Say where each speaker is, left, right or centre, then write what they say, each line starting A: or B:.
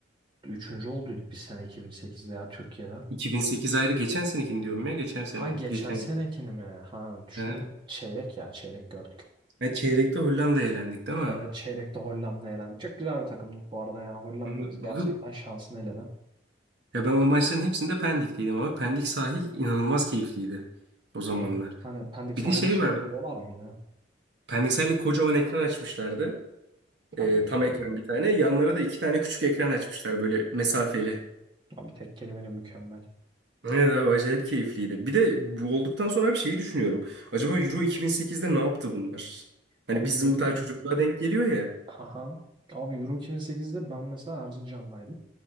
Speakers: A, on the right; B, on the right.
A: üçüncü olduyduk biz sene 2008'de ya Türkiye'de.
B: 2008 ayrı geçen senekini diyorum ya geçen sene
A: Ha geçen
B: geçen
A: senekini
B: yıl.
A: mi? Ha düşünüyorum.
B: Ha.
A: Çeyrek ya çeyrek gördük.
B: Ha, çeyrekte Hollanda'ya elendik değil mi?
A: Evet çeyrekte Hollanda'ya elendik. Çok güzel bir takımlık bu arada ya. Hollanda
B: Hı.
A: biz gerçekten
B: Abi
A: şansını eledi.
B: Ya ben o maçların hepsinde Pendik'teydim abi. Pendik sahil inanılmaz keyifliydi o
A: Tabii.
B: zamanlar.
A: Hani Pendik
B: Bir
A: sahile
B: de şey
A: şey
B: var.
A: kuruyorlar mıydı?
B: Pendik sahilde kocaman ekran açmışlardı. Ee,
A: Abi mükemmel.
B: tam ekran bir tane. Yanlara da iki tane küçük ekran açmışlar böyle mesafeli.
A: Abi tek kelimeyle mükemmel.
B: Evet abi acayip keyifliydi. Bir de bu olduktan sonra bir şeyi düşünüyorum. Acaba Euro 2008'de ne yaptı bunlar? Hani
A: Abi
B: bizim
A: Euro 2000
B: daha çocukluğa denk geliyor ya.
A: Aha. Abi Euro 2008'de ben mesela Erzincan'daydım.